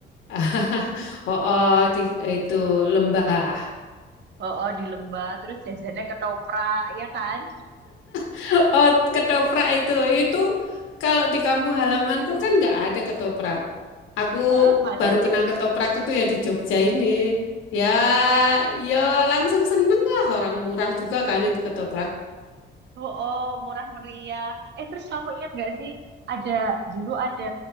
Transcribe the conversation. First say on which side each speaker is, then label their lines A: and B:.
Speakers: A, on the left (about 80°); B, on the right (about 60°).
A: <laughs> oh, oh di eh, itu lembah.
B: Oh, oh di lembah terus jajannya ketoprak ya kan?
A: <laughs> Oh, ketoprak itu. Itu kalau di kampung halamanku kan nggak ada ketoprak. Aku
B: <laughs> Heeh, Masa
A: baru
B: sih?
A: kenal ketoprak itu ya di Jogja ini. Ya, yo langsung seneng lah orang murah juga kan itu ketoprak.
B: Oh, oh, murah meriah. Eh, terus kamu ingat gak sih, ada dulu ada